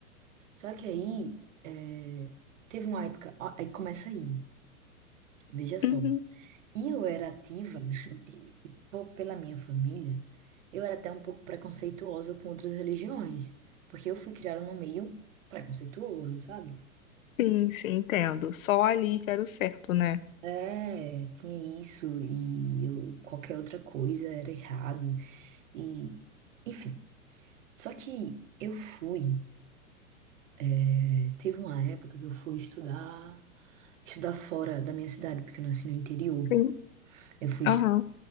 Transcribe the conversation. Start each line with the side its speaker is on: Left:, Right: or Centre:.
Right: Só que aí, eh, teve uma época, ó, aí começa aí, veja só.
Left: Uhum.
Right: E eu era ativa, <laughs> e, e po- pela minha família, eu era até um pouco preconceituosa com outras religiões, porque eu fui criada num meio preconceituoso, sabe?
Left: Sim, sim, entendo. Só ali que era o certo, né?
Right: É, tinha isso, e eu- qualquer outra coisa era errado, e enfim. Só que eu fui, é, teve uma época que eu fui estudar, estudar fora da minha cidade, porque eu nasci no interior.
Left: Sim.
Right: Eu fui,
Left: Aham,
Right: estu-